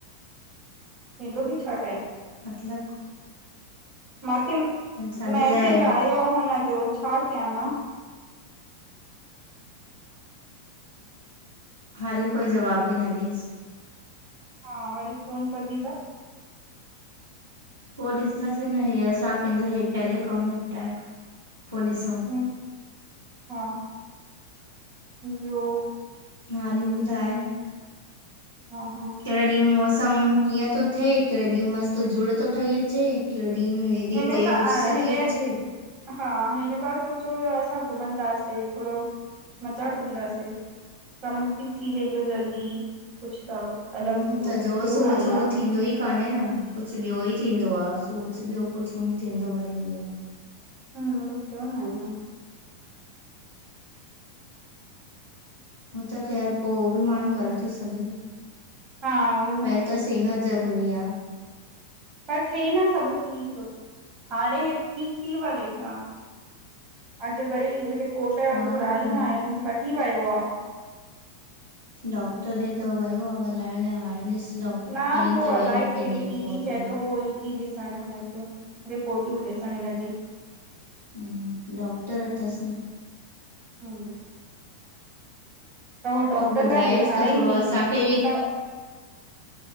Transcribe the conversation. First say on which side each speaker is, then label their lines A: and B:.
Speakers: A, on the right; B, on the right.
A: हेदो बि छा?
B: मतलब,
A: मांखे मैसेज
B: छाजे लाइ
A: आयो आ, हुन जो छा कयां मां?
B: हाली कोई जवाब ई न ॾेस।
A: हा, वरी फोन कंदी त,
B: पो ॾिसंदासे न, हे असां पंहिंजो ‌हे पहले कमु निपटाए खणूं, पो ॾिस
A: हम, हा, ॿियो?
B: हाली ॿुधाए?
A: हा -हा।
B: कहिं ॾींहुं मौसम कीअं तो थे, कहिं ॾींहुं मस्त झूड़ तो ठही अचे, कहिं ॾींहुं हे एॾी
A: हिन
B: तेज
A: सां
B: उस
A: हिन
B: ती अचे।
A: हा, हिन बार सोचियो हुयो असां घुमंदासे थोड़ो मज़ा कंदासे, कमु बि थी वेंदो जल्दी कुछ त।
B: हम्म-,
A: अलॻि हूंदो
B: त
A: कुझ
B: जो
A: थियो
B: सोच
A: न आहे
B: हो
A: आ।
B: थींदो ई क कान्हे न कुछ ॿियो ई थींदो आ, सोच ॿियो कुछु थींदो वरी ॿियो।
A: हुं-कुछ थियो नाहे अञां।
B: हू त ख़ैर पो बि माण्हू करे तो सघे न,
A: हा उहोई न
B: पहिल त सेहत ज़रूरी आ।
A: पर थे न सभु ठीकु। हाणे हे ठीकु थी वञेआ, अॼु वरी रिपोर्ट
B: हा
A: घुरायूं
B: हाणे
A: आहिनि, वठी वियो आ।
B: डॉक्टर ॾे त वियो आ ॻाल्हाइण लाइ, हाणे ॾिस, डॉक्टर
A: न
B: खणी
A: हो
B: त
A: अलाए
B: वियो आहे
A: कहिड़ी
B: पंहिंजी रिपोर्टियूं
A: दीदी चए तो हो ईंदी ॾिसण, हुन रिपोर्टियूं ॾीसण हिन जी।
B: हम्म, डॉक्टर अथस न।
A: हम्म। त हू
B: सुठो
A: डॉक्टर
B: ॿुधाएसि
A: लाए ॿुधाईंदी,
B: त थोरो असांखे
A: पो
B: बि
A: त